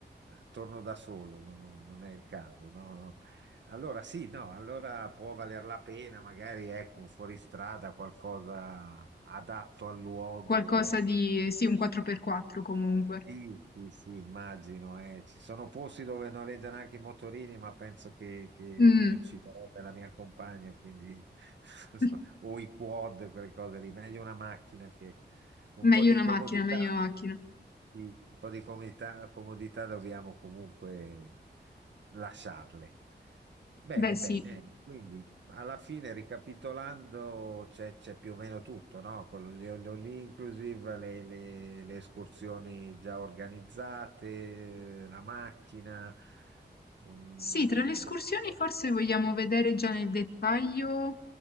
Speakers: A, on the right; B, on the left.
A: eh, torno da solo, non, non è il caso. no, no. Allora sì, no, allora può valer la pena, magari ecco, un fuoristrada, qualcosa adatto al luogo.
B: Qualcosa di, sì, un 4x4 comunque.
A: Sì, sì, sì, immagino, eh. Ci sono posti dove noleggiano anche i motorini, ma penso che, che
B: Mm.
A: mi ucciderebbe la mia compagna, quindi <laughs>
B: <laughs>
A: o i quad, quelle cose lì, meglio una macchina che un
B: Meglio
A: po' di
B: una
A: comodità,
B: macchina, meglio una macchina.
A: sì, un po' di comodità, comodità dobbiamo comunque lasciarle. Bene,
B: Beh, sì.
A: bene, quindi alla fine ricapitolando c'è c'è più o meno tutto, no? Con lì inclusive le, le- le escursioni già organizzate, la macchina, un,
B: Sì,
A: un-
B: tra le escursioni
A: boh, però-
B: forse vogliamo vedere già nel dettaglio.